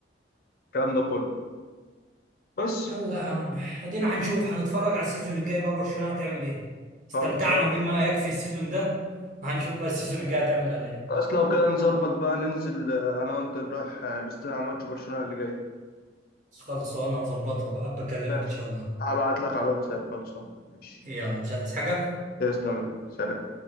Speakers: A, on the left; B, on the right.
A: والكلام ده كله بس
B: يلا يا عم ادينا هنشوف هنتفرج على السيزون الجاي بقى برشلونه هتعمل ايه استمتعنا
A: خلصان
B: بما يكفي السيزون ده وهنشوف بقى السيزون الجاي هتعمل على ايه
A: بس لو كده نظبط بقى ننزل آه، انا وانت نروح آه، نستنى على ماتش برشلونة اللي جاي
B: خلصانه نظبطها بقى بكلمك
A: ماشي
B: ان شاء الله
A: هبعت لك على الواتساب خلصان ماشي
B: يلا مش عايز حاجه
A: تسلم سلام